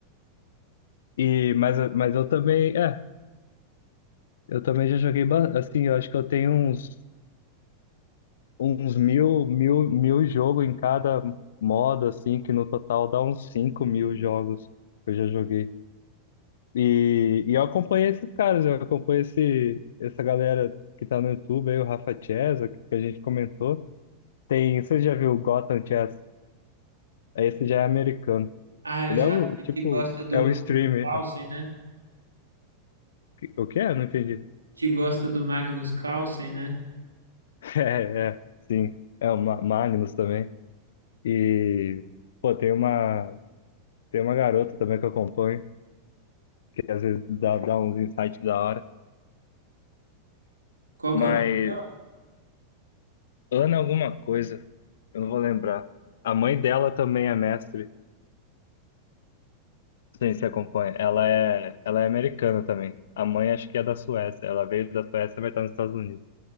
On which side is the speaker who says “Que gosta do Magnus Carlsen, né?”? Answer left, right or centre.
Right